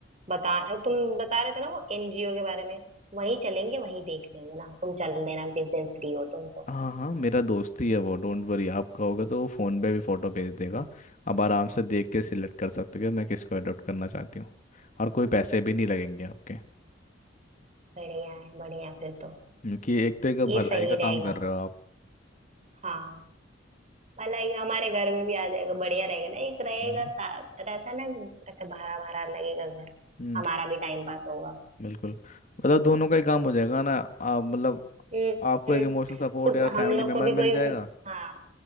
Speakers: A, on the right (about 35°); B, on the left (about 40°).
A: बता तुम बता रहे थे ना वो एनजीओ के बारे में वहीं चलेंगे वहीं देख लेंगे ना तुम चल देना जिस दिन फ्री हो तुम तो
B: हाँ हाँ मेरा दोस्त ही है वो डोंट वरी आपका होगा तो वो फ़ोन पे भी फ़ोटो भेज देगा आप आराम से देख के सिलेक्ट कर सकते हो कि मैं किसको अडॉप्ट करना चाहती हूँ और कोई पैसे
A: हम्म
B: भी नहीं लगेंगे आपके
A: बढ़िया है बढ़िया फिर तो
B: क्योंकि एक तो एक
A: ये
B: भलाई
A: सही
B: का काम
A: रहेगा
B: कर रहे हो आप
A: हाँ भला ये हमारे घर में भी आ जाएगा बढ़िया रहेगा ना एक रहेगा
B: है ना
A: सा- रहता है ना ऐसे भरा भरा लगेगा घर
B: हम्म
A: हमारा भी टाइम पास होगा
B: बिल्कुल मतलब दोनों का ही काम हो जाएगा ना आप मतलब
A: हम्म
B: आपको
A: हम्म।
B: एक इमोशनल सपोर्ट
A: उस
B: या फैमिली
A: हम लोग
B: मेम्बर
A: को भी कोई
B: मिल जाएगा
A: हाँ